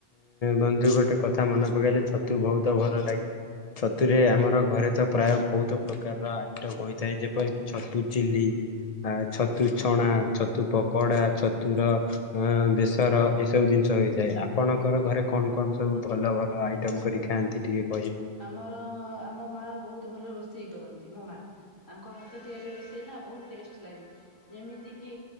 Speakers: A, on the left; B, on the left.
A: ବନ୍ଧୁ ଗୋଟେ କଥା ମନେ ପକେଇଲେ ଛତୁ ବୋହୁତ ଭଲ ଲାଗେ। ଛତୁରେ ଆମର ଘରେ ତ ପ୍ରାୟ ବୋହୁତ ପ୍ରକାରର ଆଇଟମ ହୋଇଥାଏ ଯେପରିକି ଛତୁ ଚିଲି। ଆ ଛତୁ ଛଣା ଛତୁ ପକୋଡା ଛତୁର ଅ ବେଶ ତର ଏ ସବୁ ଜିନିଷ ହେଥାଏ ଆପଣଙ୍କର ଘରେ କଣ କଣ ସବୁ ଭଲ ଭଲ ଆଇଟମ କରି ଖାଆନ୍ତି ଟିକେ କହିବେ?
B: ଆମର ଆମ ମା ବୋହୁତ ଭଲ ରୋଷେଇ କରନ୍ତି ମୋ ମା। ତାଙ୍କ ହାତ ତିଆରି ରୋଷେଇ ନା ବୋହୁତ ଟେଷ୍ଟ ଲାଗେ। ଯେମିତିକି